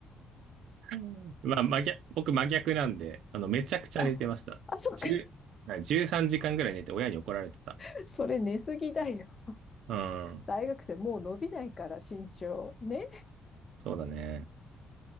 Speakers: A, on the right; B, on the left.
A: うんまあ、真逆、僕真逆なんで、あの、めちゃくちゃ寝てました。
B: あ、あ、そっか。
A: 10、はい3時間ぐらい寝て親に怒られてた。
B: <laughs> それ寝すぎだよ。
A: うん。
B: 大学生もう伸びないから、身長。ね
A: そうだね。